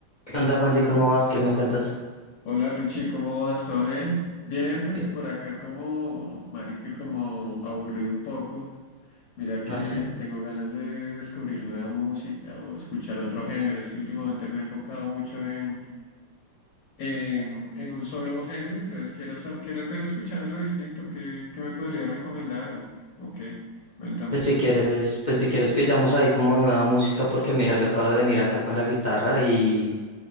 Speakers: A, on the left; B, on the left.
A: ¿Qué onda, Juan? ¿Y cómo vas? ¿Qué me cuentas?
B: Hola Richie, ¿cómo vas? ¿Todo bien? Bien, pues
A: Bien.
B: por acá como, marica, como aburrido un poco. Mira que
A: Ah, sí.
B: tengo ganas de descubrir nueva música o escuchar otro género. Es que últimamente me he enfocado mucho en, en, en un solo género, entonces quiero, sa- quiero, quiero escuchar algo distinto. ¿Qué, qué me podría recomendar o, o qué? Cuéntame.
A: Pues si quieres, pues si quieres pillamos ahí como nueva música, porque mira, yo acabo de venir acá con la guitarra y,